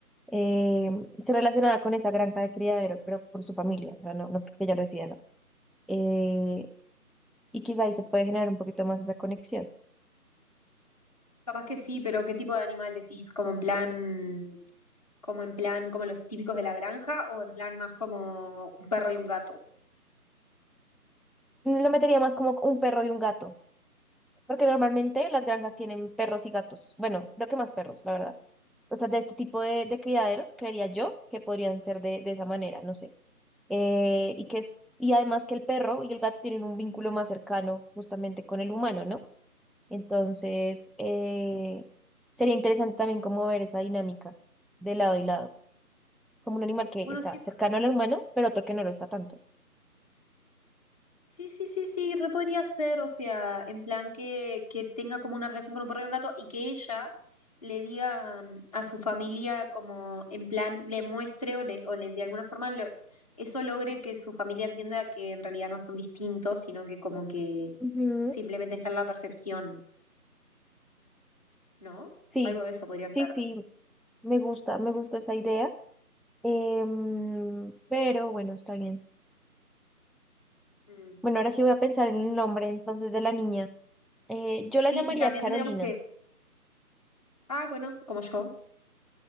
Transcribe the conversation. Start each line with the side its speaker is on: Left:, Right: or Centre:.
Centre: eh, esté relacionada con esa granja de criadero, pero por su familia, o sea, no, no porque ella lo decida, ¿no? Eh, y quizá ahí se puede generar un poquito más esa conexión.
Left: Capaz que sí, pero ¿qué tipo de animal decís? ¿Como en plan, como en plan, como los típicos de la granja o en plan más como un perro y un gato?
Centre: Mm, Lo metería más como un perro y un gato, porque normalmente las granjas tienen perros y gatos. Bueno, creo que más perros, la verdad. O sea, de este tipo de, de criaderos, creería yo que podrían ser de, de esa manera, no sé. Eh, y que es, y además que el perro y el gato tienen un vínculo más cercano justamente con el humano, ¿no? Entonces, eh, sería interesante también como ver esa dinámica de lado y lado, como un animal que
Left: Bueno,
Centre: está
Left: sí,
Centre: cercano al humano, pero otro que no lo está tanto.
Left: Sí, sí, sí, sí, re podría ser, o sea, en plan que, que tenga como una relación con un perro y un gato y que ella le diga mm, a su familia como en plan le muestre o le, o le de alguna forma lo- eso logre que su familia entienda que en realidad no son distintos, sino que como que
Centre: Ujú.
Left: simplemente está en la percepción, ¿no?
Centre: Sí,
Left: Algo de eso podría
Centre: sí,
Left: ser.
Centre: sí, me gusta, me gusta esa idea. Em, pero bueno, está bien.
Left: Mm.
Centre: Bueno, ahora sí voy a pensar en el nombre entonces de la niña. Eh, yo
Left: Sí,
Centre: la llamaría
Left: y también
Centre: Carolina,
Left: tendríamos que, ah, bueno, como yo,